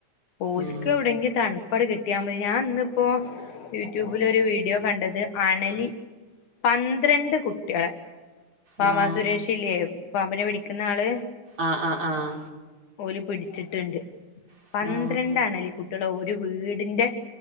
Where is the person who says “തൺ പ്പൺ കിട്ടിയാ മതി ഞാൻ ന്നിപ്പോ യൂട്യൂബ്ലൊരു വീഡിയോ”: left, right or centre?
Left